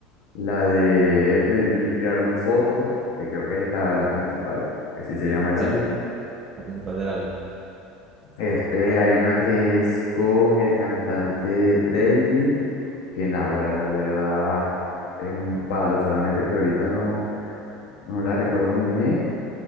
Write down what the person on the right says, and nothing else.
Sí,
la principal del álbum.